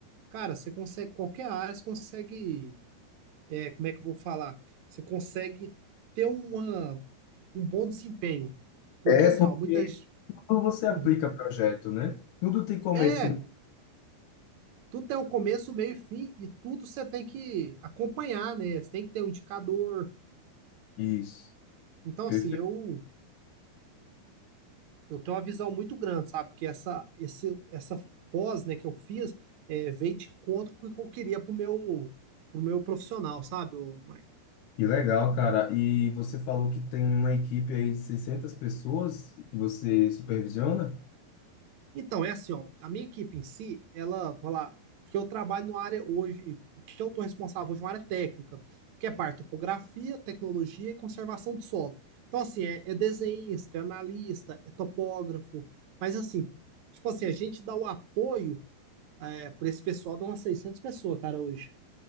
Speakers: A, on the right (about 65°); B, on the left (about 75°).
A: cara, você consegue, qualquer área, você consegue, é, como é que eu vou falar? Você consegue ter uma um bom desempenho. Porque
B: É
A: assim,
B: porque
A: ó, muitas.
B: quando você
A: Uhum.
B: aplica projeto, né? Tudo tem começo.
A: É,
B: e
A: tudo tem um começo, meio e fim, e tudo você tem que acompanhar, né? Você tem que ter um indicador.
B: meio. Isso.
A: Então,
B: perfeito.
A: assim, eu, eu tenho uma visão muito grande, sabe? porque essa, esse, essa pós, né, que eu fiz, é, veio de encontro com o que eu queria pro meu, pro meu profissional, sabe? Eu,
B: Que legal, cara. E você falou que tem uma equipe aí de 600 pessoas que você supervisiona?
A: Então, é assim, ó, a minha equipe em si, ela, vou lá, porque eu trabalho numa área hoje, o que eu estou responsável hoje é uma área técnica, que é parte de topografia, tecnologia e conservação de solo. Então, assim, é, é desenhista, é analista, é topógrafo, mas assim, tipo assim, a gente dá o apoio é, para esse pessoal, dá umas 600 pessoas, cara, hoje.